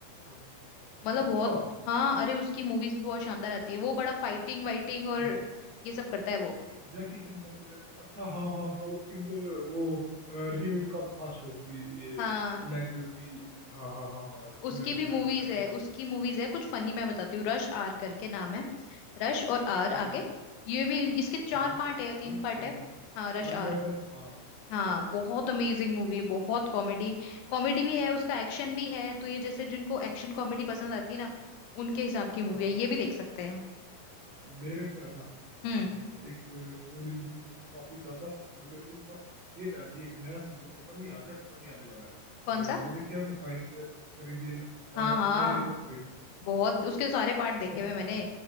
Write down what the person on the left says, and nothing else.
मतलब
बहुत हाँ अरे उसकी मूवीज भी बहुत शानदार आती है वो बड़ा फाइटिंग वाइटिंग और
ये सब करता है वो
हाँ
उसकी
भी मूवीज
है
उसकी मूवीज है कुछ फनी मैं बताती हूँ रश आर करके नाम है रश और आर
आगे ये भी इन- इसके चार
पार्ट है या
तीन पार्ट
है हाँ रश
आर
हाँ बहुत अमेजिंग मूवी है बहुत कॉमेडी कॉमेडी भी है उसका एक्शन भी है तो ये जैसे जिनको एक्शन कॉमेडी पसंद आती है ना उनके हिसाब की मूवी
है ये भी देख सकते हैं हम
हम्म
कौन
सा
हाँ हाँ
बहुत उसके सारे पार्ट देखे
हुए
मैंने